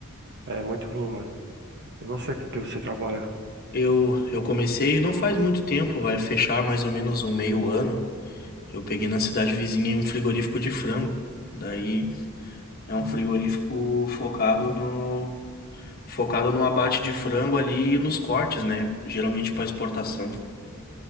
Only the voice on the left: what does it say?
Eu, eu comecei não faz muito tempo, vai fechar mais ou menos um meio ano. Eu peguei na cidade vizinha um frigorífico de frango. Daí é um frigorífico focado no focado no abate de frango ali e nos cortes, né? Geralmente para exportação.